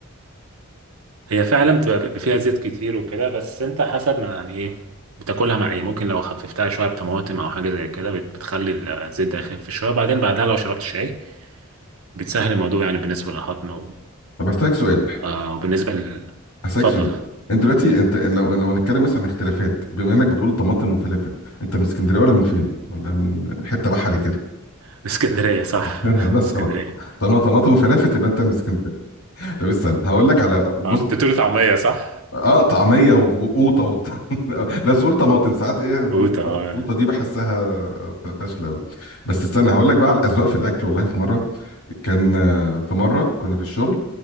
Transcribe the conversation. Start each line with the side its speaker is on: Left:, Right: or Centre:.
Right: هي فعلا بتبقى بيبقى فيها زيت كتير وكده بس انت حسب ما يعني ايه بتاكلها مع ايه ممكن لو خففتها شويه بطماطم او حاجه زي كده بت- بتخلي الزيت ده يخف شويه بعدين بعدها لو شربت شاي بتسهل الموضوع يعني بالنسبه للهضم و...
Left: بس لك سؤال
Right: آه وبالنسبه لل
Left: هسألك
Right: اتفضل
Left: سؤال انت دلوقتي انت لو لو هنتكلم مثلا عن اختلافات بما انك بتقول طماطم وفلافل انت من اسكندريه ولا من فين؟ ولا من من حته بحري كده؟
Right: <laughs> اسكندريه صح
Left: <laughs> بس
Right: اسكندريه
Left: خلاص طالما طماطم وفلافل تبقى انت من اسكندريه طب استنى هقول لك على بص
Right: اه انت بتقول طعمية صح؟
Left: اه طعميه وقوطه وبتاع <laughs> لا سؤال طماطم ساعات ايه بنقول
Right: قوت اه
Left: القوطه دي بحسها فاشله قوي بس استنى هقول لك بقى على الاذواق في الاكل والله في مره كان آه، في مره كنا في الشغل